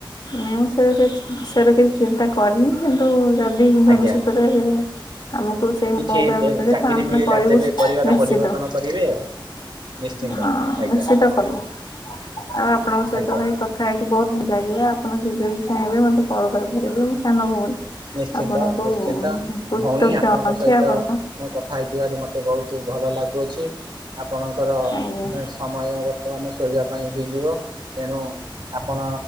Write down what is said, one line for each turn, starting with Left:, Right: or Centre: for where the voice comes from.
Left: ନା ମୁଁ ସେ ବେ ଉଁ ସେ ବେ କିଛି ଚିନ୍ତା କରିନି କିନ୍ତୁ ଯଦି ଭବିଷ୍ୟତରେ
Right: ଆଜ୍ଞା
Left: ଆମୁକୁ ସେଇ
Right: କିଛି
Left: ମଉକା ମିଳେ
Right: ଚାକିରି
Left: ତ ଆମେ
Right: ମିଳିଲା
Left: କରିବୁ
Right: ତେବେ ପରିବାର
Left: ନିଶ୍ଚିତ।
Right: ପରିପୋଷଣ କରିବେ ଆଉ ନିଶ୍ଚିନ୍ତ
Left: ହଁ
Right: ଆଜ୍ଞା।
Left: ନିଶ୍ଚିତ କରିବୁ ଆଉ ଆପଣଙ୍କ ସହିତ
Right: ଆଜ୍ଞା
Left: ଭାଇ କଥା ହେଇ ବହୁତ ଭଲ ଲାଗିଲା ଆପଣ ଯେବେ ବିି ଚାହିଁବେ ମତେ କଲ କରିପାରିବେ ମୁଁ ସାନ ଭଉଣୀ।
Right: ନିଶ୍ଚିନ୍ତ
Left: ଆପଣଙ୍କୁ
Right: ନିଶ୍ଚିନ୍ତ।
Left: କୃତଜ୍ଞ
Right: ଭଉଣୀ ଆପଣଙ୍କ
Left: ଅଛି
Right: ସହିତ
Left: ଆପଣ
Right: ମୁଁ କଥା ହେଇଥିବାରୁ ମତେ ବହୁତ ଭଲ ଲାଗୁଅଛି। ଆପଣଙ୍କର
Left: ଆଜ୍ଞା
Right: ଏଁ ସମୟ ବର୍ତ୍ତମାନ ଶୋଇବା ପାଇଁ ହେଇଯିବ। ତେଣୁ ଆପଣ